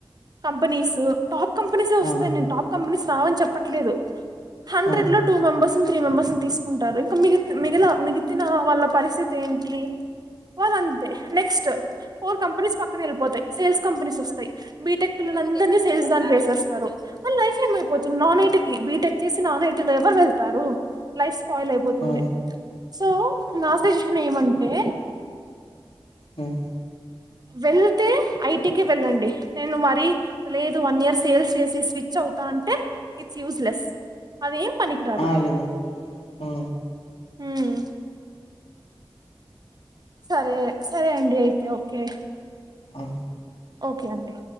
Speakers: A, on the right; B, on the left.
A: కంపెనీస్సు టాప్ కంపెనీసే వస్తాయి
B: ఆ
A: నేన్ టాప్ కంపెనీస్ రావని చెప్పట్లేదు హండ్రెడ్
B: ఆ
A: లో టూ మెంబర్ త్రీ మెంబర్స్ తీసుకుంటారు ఇక మి మిగి మిగితిన వాళ్ళ పరిస్థితి ఏంటి వాళ్ళ అంతే నెక్స్ట్ ఫోర్ కంపెనీస్ పక్కన వెళ్ళిపోతాయి సేల్స్ కంపెనీస్ వస్తయి బీటెక్ పిల్లల్ అందరినీ సేల్స్ దాన్ని వేసేస్తారు మళ్ళ లైఫ్ ఏమైపోతుంది నాన్ ఐటీకి బీటెక్ చేసి నాన్ ఐటీలో ఎవరు వెళ్తారు నైస్ స్పాయిల్ అయిపోతుంది
B: ఆ
A: సో నా సేజషన్ ఏమంటే
B: మ్
A: వెళ్తే ఐటీకి వెళ్ళండి నేను మరీ లేదు వన్ ఇయర్ సేల్స్ చేసి స్విచ్ అవుతా అంటే ఇట్స్ యూజ్లెస్ అదేం పనికిరాదు
B: ఆ లేదు ఆ
A: హుమ్ సరే సరే అండి అయితే ఓకే
B: ఆ
A: ఓకె అండి